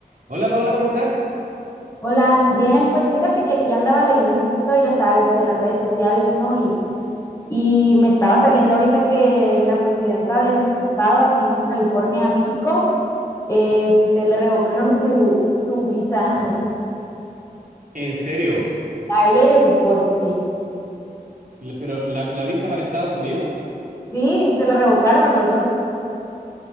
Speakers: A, on the right (about 55°); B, on the left (about 20°).
A: Hola Paola, ¿cómo estás?
B: Hola, bien, pues fíjate que aquí andaba leyendo un poquito, ya sabes, de las redes sociales, ¿no? Y, y me estaba saliendo ahorita que la presidenta de nuestro estado, aquí en Baja California, México, este, le revocaron su, su visa
A: ¿En serio?
B: <laughs> a ella y a su esposo, sí.
A: La- ¿Pero la, la visa para Estados Unidos?
B: Sí, se la revocaron a los dos,